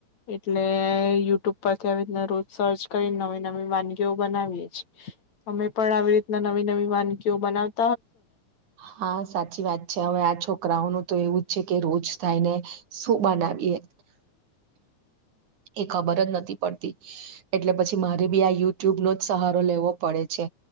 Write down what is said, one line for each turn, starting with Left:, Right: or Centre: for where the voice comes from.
Left: એટલે યુટ્યુબ પરથી આવીને રોજ સર્ચ કરી નવી- નવી વાન ગીઓ બનાવીએ અમે પણ આવી રીતના નવી-નવી વાનગીઓ બનાવ
Right: હા સાચી વાત છે, હવે આ છોકરાઓનું તો એવું જ છે કે રોજ થાયને શું બનાવીએ એ ખબર જ નથી પડતી, એટલે પછી મારે બી આ યુટ્યુબ નો જ સહારો લેવો પડે છે